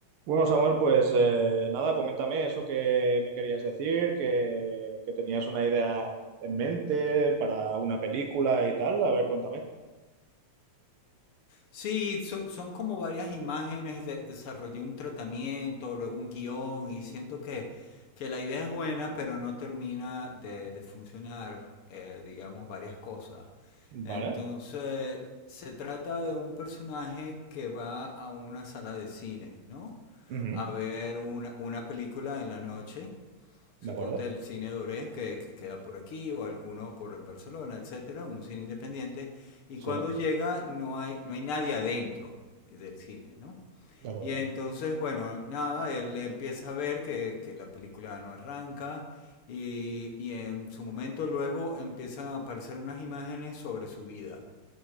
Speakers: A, on the right; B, on the left.
A: Bueno, Samuel, pues eh, nada, coméntame eso que me querías decir, que, que tenías una idea en mente para una película y tal. A ver, cuéntame.
B: Sí, so- son como varias imágenes, de- desarrollé un tratamiento, luego un guión y siento que, que la idea es buena, pero no termina de, de funcionar, eh, digamos, varias cosas.
A: Vale.
B: Entonces, se trata de un personaje que va a una sala de cine, ¿no?
A: Ujú.
B: A ver una, una película en la noche Suponte
A: De acuerdo.
B: el cine Doré que, que queda por aquí o alguno por en Barcelona, etcétera, un cine independiente. Y
A: Sí,
B: cuando llega no hay, no hay nadie adentro del cine, ¿no?
A: de acuerdo.
B: Y entonces, bueno, nada, él empieza a ver que, que la película no arranca y, y en su momento luego empiezan a aparecer unas imágenes sobre su vida